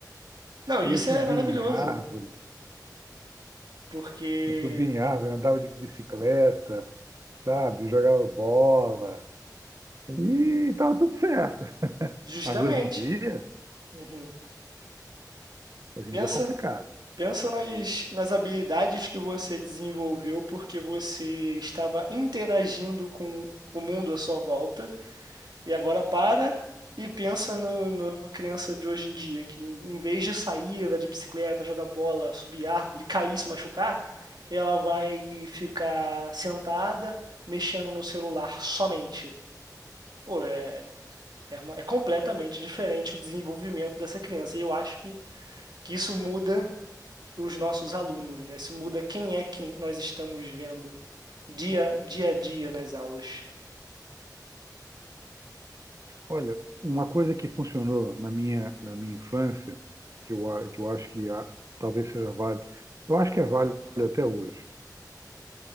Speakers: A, on the right; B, on the right.
A: Não,
B: Ia
A: isso
B: subir
A: é maravilhoso,
B: em árvore,
A: porque
B: eu subia em árvore, andava de bicicleta, sabe? Jogava bola, e estava tudo certo. <laughs>
A: justamente,
B: Mas hoje em dia,
A: uhum,
B: hoje
A: pensa,
B: em dia é complicado.
A: pensa nas, nas habilidades que você desenvolveu porque você estava interagindo com o mundo à sua volta E agora para e pensa no- no- numa criança de hoje em dia, que em em vez de sair, andar de bicicleta, jogar bola, subir árvore, cair, se machucar, ela vai ficar sentada, mexendo no celular somente. Pô, é, é, uma- é completamente diferente o desenvolvimento dessa criança. E eu acho que, que isso muda os nossos alunos, né? Isso muda quem é que nós estamos vendo dia, dia a dia nas aulas.
B: Olha, uma coisa que funcionou na minha, na minha infância, que eu, a- que eu acho que a- talvez seja válido, eu acho que é válido até hoje,